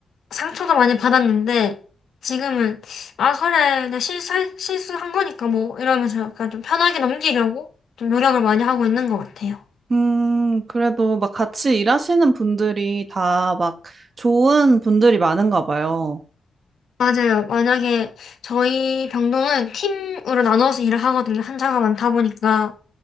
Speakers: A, on the left (about 65°); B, on the right (about 45°).
A: 상처도 많이 받았는데 지금은 아 그래 내 실수 실수한 거니까 뭐 이러면서 약간 좀 편하게 넘기려고 좀 노력을 많이 하고 있는 것 같아요.
B: 음, 그래도 막 같이 일하시는 분들이 다 막 좋은 분들이 많은가 봐요.
A: 맞아요. 만약에 저희 병동은 팀으로 나눠서 일을 하거든요. 환자가 많다 보니까.